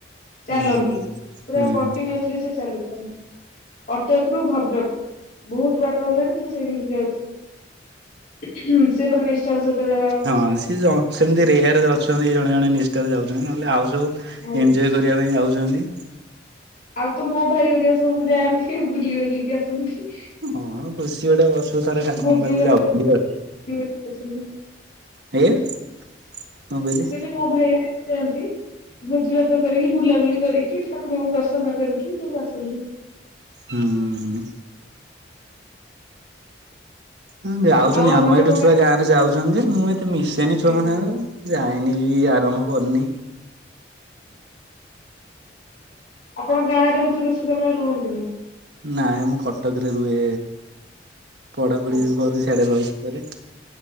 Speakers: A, on the left (about 50°); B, on the right (about 65°).
A: ଚାଲନ୍ତି
B: ହୁଁ ହୁଁ
A: ପୁରା
B: ହୁଁ
A: କଣ୍ଟିନୁୟୁଲି ସେ ଚାଲୁଥାନ୍ତି। କଟକ ରୁ ଭଦ୍ରକ ବହୁତ ବାଟ ହେଲାଣି ସେ ସେଇମିତି ଯାଉଥ ସେ ପୁରା ନିଷ୍ଠ ର ସହିତ ରେ
B: ହଁ ସିଏ ଜ ସେମିତି ରେୟର ଅଛ ଜଣେ ଜଣେ ନିଷ୍ଠାରେ ଯାଉଛନ୍ତି ନହେଲେ ଆଉ ସବୁ
A: ଆଜ୍ଞା
B: ଇଞ୍ଜୋୟ କରିବା ପାଇଁ ଯାଉଛନ୍ତି।
A: ଆଉ ତ ମୋ ଭାଇ ହେରିକା ସବୁ ଯାଆନ୍ତି ବୁଲି ବାଲିକି ଆସନ୍ତି।
B: ହଁ ଖୁସି ଗୋଟେ ବର୍ଷ କୁ ଥରେ ଠାକୁରଙ୍କ
A: ଭୋଜି
B: ପାଖକୁ
A: ଭାତ
B: ଯାଉଛନ୍ତି
A: କରି
B: ଆଉ।
A: ବୁଲିବାଲିକି ଆସନ୍ତି।
B: ଆଜ୍ଞା କଣ କହିଲେ?
A: ମୁଁ କହିଲି ମୋ ଭାଇ ହେରିକା ଯାଆନ୍ତି ଭୋଜିଭାତ କରିକି ବୁଲାବୁଲି କରିକି ଠାକୁରଙ୍କୁ ଦର୍ଶନ କରିକି ତୁ ବାସନ୍ତୀ।
B: ହୁଁ। ହୁଁ ଯାଉଛନ୍ତି
A: ଆଉ
B: ଆମ
A: ଆପଣଙ୍କ
B: ଏଇଠୁ ଛୁଆ ଗାଁ ରେ ଯାଉଛନ୍ତି ମୁଁ ଏତେ ମିଶେନି ଛୁଆଙ୍କ
A: ଆଜ୍ଞା
B: ସାଙ୍ଗରେ। ଯାଇନି କି ଆରମ୍ଭ କରିନି।
A: ଆପଣ ଗାଁ ରେ ବୋଧେ ବେଶୀ ସମୟ ରୁହନ୍ତିନି?
B: ନାଇଁ ମୁଁ କଟକରେ ରୁହେ ପଢାପଢି
A: ଆଚ୍ଛା
B: କର ସିଆଡେ ରହିକି କରେ।